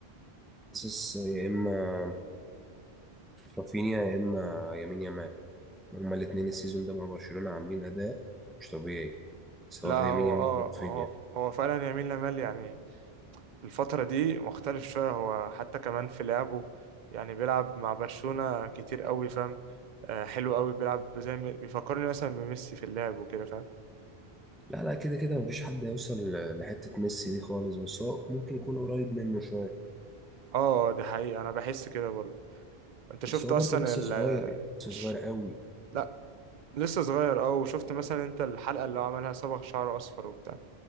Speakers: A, in the centre; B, on the right.
A: حاسس يا اما رافينيا يا اما يمين يامال هما الاثنين السيزون ده مع برشلونة عاملين اداء مش طبيعي سواء
B: لا
A: يمين
B: هو
A: يامال
B: اه
A: او رافينيا
B: هو هو فعلا يمين لامال يعني الفترة دي مختلف شوية هو حتى كمان في لعبه يعني بيلعب مع برشلونة كتير قوي فاهم آه حلو قوي بيلعب زي ما- بيفكرني مثلا بميسي في اللعب وكده فاهم
A: لا لا كده كده مفيش حد هيوصل ل- لحتة ميسي دي خالص بس هو ممكن يكون قريب منه شوية
B: اه دي حقيقة أنا بحس كده برضه أنت شفت
A: بس هو
B: أصلا
A: برضه لسه
B: ال
A: صغير يعني لسه
B: ش-
A: صغير قوي
B: لا لسه صغير اه وشفت مثلا انت الحلقة اللي هو عملها صبغ شعره اصفر وبتاع